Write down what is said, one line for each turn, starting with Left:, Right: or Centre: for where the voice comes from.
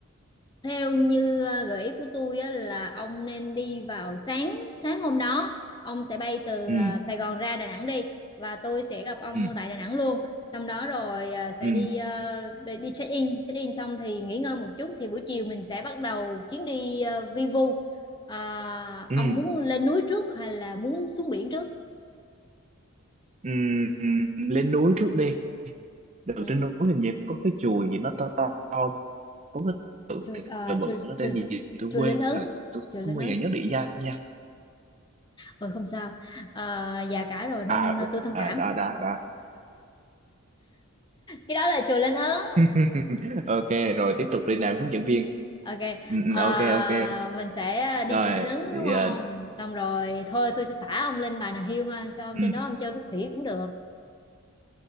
Left: theo như ờ, gợi ý của tôi á, là ông nên đi vào sáng sáng hôm đó ông sẽ bay từ
Right: ừ
Left: ờ, Sài Gòn ra Đà Nẵng đi và tôi sẽ gặp ông
Right: ừ
Left: tại Đà Nẵng luôn xong đó rồi ờ, sẽ
Right: ừ
Left: đi ờ, đi đi check in check in xong thì nghỉ ngơi một chút thì buổi chiều mình sẽ bắt đầu chuyến đi ờ, vi vu Ờ,
Right: ừ
Left: ông muốn lên núi trước hay là muốn xuống biển trước
Right: ừ ừ. lên núi trước đi được
Left: ừ.
Right: trên núi hình như có cái chùa gì nó to to có cái tự
Left: chưa,
Right: thì
Left: ờ,
Right: là bự
Left: chưa,
Right: nó
Left: chưa,
Right: tên gì tôi
Left: chưa
Right: quên
Left: lên Ấn
Right: rồi tôi
Left: chưa
Right: không
Left: lên
Right: bao
Left: Ấn
Right: giờ nhớ địa danh nha
Left: ừ không sao Ờ, già cả rồi nên
Right: à
Left: ờ,
Right: ừ.
Left: tôi thông
Right: à
Left: cảm
Right: đó đó đó
Left: cái đó là chùa Linh Ứng
Right: <laughs> ok rồi tiếp tục đi nào hướng dẫn viên
Left: ok
Right: ừ,
Left: ờ,
Right: ừ, ok ok
Left: mình sẽ đi
Right: rồi
Left: chùa Linh Ứng đúng
Right: thì,
Left: không
Right: ờ,
Left: xong rồi thôi tôi sẽ thả ông lên Bà Nà Hills ha cho ông
Right: ừ.
Left: trên đó ông chơi với khỉ cũng được